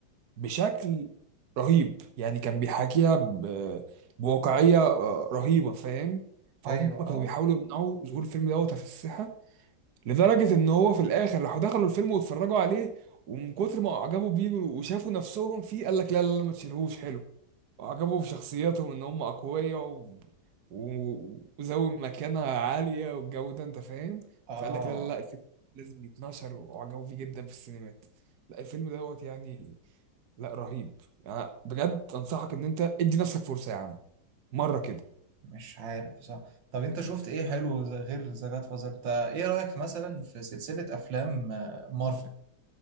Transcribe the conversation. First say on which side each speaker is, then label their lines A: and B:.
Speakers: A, on the right; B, on the right.
A: بشكل رهيب يعني كان بيحاكيها ب- بواقعيه آه، رهيبه فاهم فهم
B: ايوه اه
A: كانوا بيحاولوا يمنعوا ظهور الفيلم دوت في الساحه لدرجه ان هو في الاخر راحوا دخلوا الفيلم واتفرجوا عليه ومن كتر ما اعجبوا بيه وشافوا نفسهم فيه قال لك لا لا لا ما تشيلهوش حلو وعجبهم شخصياتهم ان هم اقوياء و... و... وذوي مكانة عالية والجو ده انت فاهم
B: اه
A: فقال لك لا لا لا الفيلم لازم يتنشر وعجبوا فيه جدا في السينمات لا الفيلم دوت يعني لا رهيب يعني بجد انصحك ان انت ادي نفسك فرصة يا عم مرة كده
B: مش عارف بصراحة طب انت شفت ايه حلو زي- غير ذا جاد فازر انت ايه رأيك مثلا في سلسلة افلام آه، مارفل